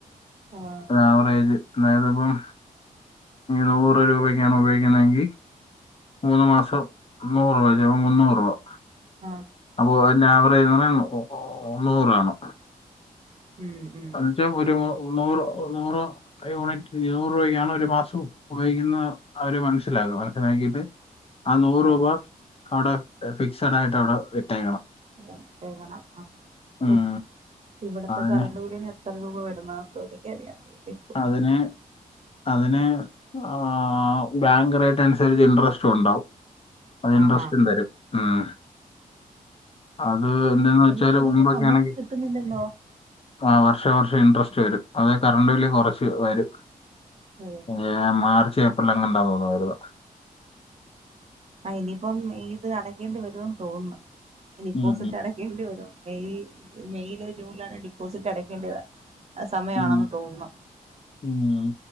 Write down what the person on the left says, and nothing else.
ഒര് ആവറേജ് അതായത് ഇപ്പം നൂറ് രൂപക്കാണ് ഉപയോഗിക്കുന്നതെങ്കിൽ മൂന്ന് മാസം നൂറ് രൂപ വെരും അപ്പൊ മുന്നൂറ് രൂപ.
അപ്പൊ അതിന്റെ ആവറേജ് എന്ന് പറഞ്ഞാൽ <unintelligible> നൂറാണ്.
എന്ന് വെച്ചാൽ ഒരു നൂ നൂറ്, നൂറ് യൂണിറ്റ് ഇരുനൂറ് രൂപക്കാണ് ഒരു മാസം വാങ്ങിക്കുന്ന അവര് മനസ്സിലാക്കും. മനസിലാക്കിയിട്ട്. ആ നൂറ്
രൂപ അവിടെ ഫിക്സഡ് ആയിട്ട് അവിടെ ഇട്ടേക്കണം.
ഉം
അതിന്
അതിന്, അതിന് ആഹ് ബാങ്ക് റേറ്റ് അനുസരിച്ച് ഇൻട്രസ്റ്റു ഉണ്ടാവും. അത് ഇൻട്രസ്റ്റും
തരും. ഉം അത് എന്തിനെന്നു വെച്ചാല്
മുമ്പൊക്കെ
ആണെങ്കിൽ
ആ വർഷം, വർഷം ഇൻട്രസ്റ്റ് വരും. അതിന് കറണ്ട് ബില്ല് കുറച്ച് വരും.
ഇല്ല മാർച്ച്, ഏപ്രിൽ അങ്ങനെ എന്തോ ആണ് വരുന്നെ
ഉം
ഉം
ഉം.